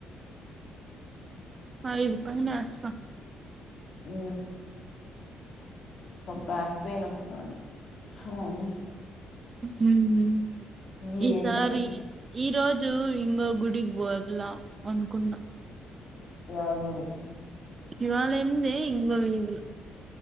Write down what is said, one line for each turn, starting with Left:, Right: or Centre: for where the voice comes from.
Right: అది ఇది పైన ఎస్తా
Left: మ్ బ్యాక్ పెయిన్ వస్థాంది స్వామి
Right: హమ్
Left: ఈ
Right: ఈసారి
Left: ఎండ ఈ
Right: ఈ రోజు ఇంగో గుడికి పోలా అనుకున్నా
Left: య గుడికి
Right: శివాలయంముంది ఇంగ వీదల